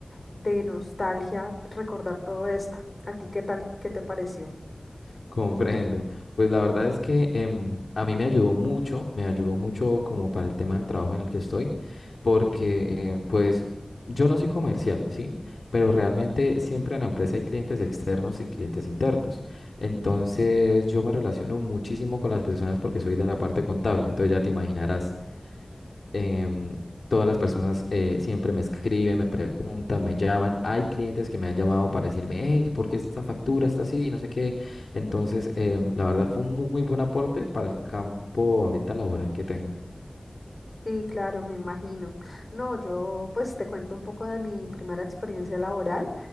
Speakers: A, on the left; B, on the left.
A: de nostalgia recordar todo esto. ¿A ti qué tal, qué te pareció?
B: <laughs> Comprendo. Pues la verdad es que em, a mí me ayudó mucho, me ayudó mucho como para el tema del trabajo en el que estoy, porque eh, pues yo no soy comercial, ¿sí? Pero realmente siempre en la empresa hay clientes externos y clientes internos. Entonces yo me relaciono muchísimo con las personas porque soy de la parte contable, entonces ya te imaginarás. em, todas las personas eh, siempre me escriben, me preguntan, me llaman. Hay clientes que me han llamado para decirme, hey, ¿por qué esta factura está así? Y no sé qué. Entonces, em, la verdad fue un muy buen aporte para el campo ahorita laboral que tengo. <laughs>
A: Sí, claro, me imagino. No, yo pues te cuento un poco de mi primera experiencia laboral.